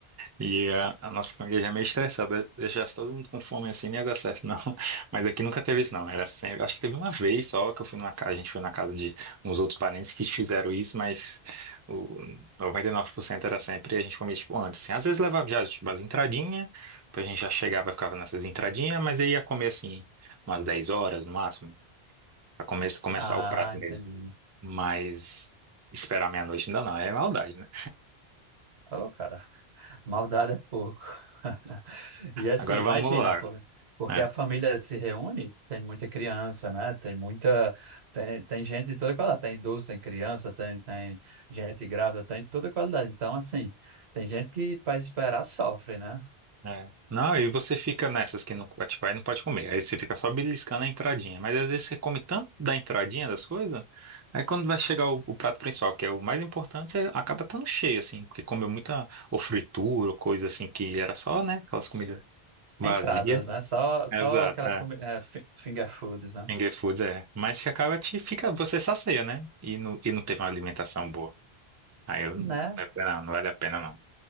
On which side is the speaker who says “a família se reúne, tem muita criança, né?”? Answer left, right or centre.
Right